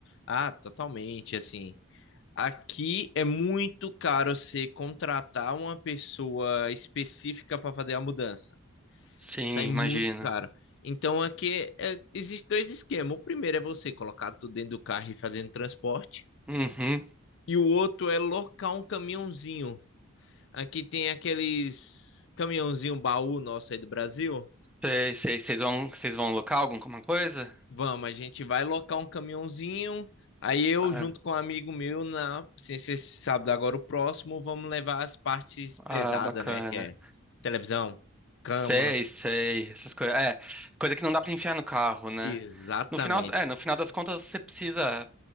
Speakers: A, on the left; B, in the centre.
A: Ah, totalmente, assim. Aqui é muito caro você contratar uma pessoa específica para fazer a mudança.
B: Sim,
A: Sai
B: imagino.
A: muito caro. Então aqui é, existem dois esquemas. O primeiro é você colocar tudo dentro do carro e fazendo transporte.
B: Uhum.
A: E o outro é locar um caminhãozinho. Aqui tem aqueles caminhãozinho baú nosso aí do Brasil.
B: Sei, sei. Vocês vão, vocês vão alocar alguma coisa?
A: Vamos, a gente vai locar um caminhãozinho. Aí eu,
B: Ah,
A: junto com um amigo meu, na ciência sábado agora o próximo, vamos levar as partes
B: ah,
A: pesadas,
B: bacana.
A: né? Que é televisão, cama.
B: Sei, sei, essas coisas. É, coisa que não dá pra enfiar no carro, né?
A: Exatamente.
B: No final, é, no final das contas, você precisa.